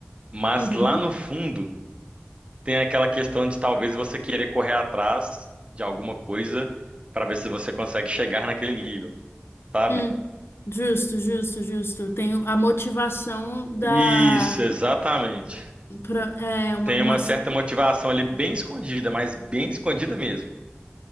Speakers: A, on the right (about 25°); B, on the left (about 65°).
A: mas
B: Uhum.
A: lá no fundo tem aquela questão de talvez você querer correr atrás de alguma coisa para ver se você consegue chegar naquele nível, sabe?
B: Hum, justo, justo, justo. Tem a motivação da.
A: Isso, exatamente.
B: Pra, é, uma,
A: Tem
B: uma-
A: uma certa motivação ali bem escondida, mas bem escondida mesmo.